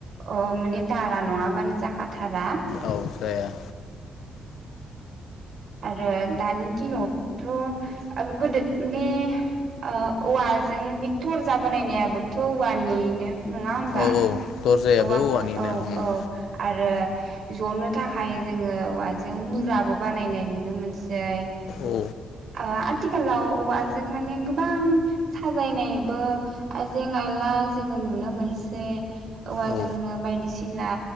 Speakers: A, on the right; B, on the left.
A: औ माने दारा नङाबानो जाखाथारा।
B: औ जाया।
A: आरो दानि दिनावथ' गोदो माने ओ औवाजों बे थरजा बानायनायाबोथ औवानिनो। नङा होनबा?
B: औ औ दरजायाबो
A: औवाखौ
B: औवानिनो
A: औ
B: उम
A: औ आरो जनो थाखाय जोङो औवाजों मुराबो बानाय नाय नुयो नुनो मोनसै
B: औ
A: ओ आ आथिखालाव औवाजों माने गोबां साजायनायबो आइजें आइला जोङो नुनो मोनसै औवाजोंनो
B: औ
A: बायदिसिना